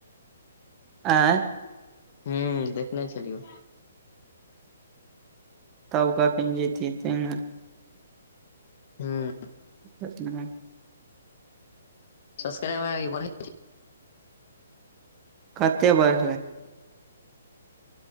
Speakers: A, on the right; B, on the left.
A: आँय
B: हुँ देखने छलियौ
A: तब कखैन जेतहि तैय नऽ
B: हुँ
A: <unintelligible>
B: सबस्क्राब अरी बरहै छै <unintelligible>
A: कते बरहलै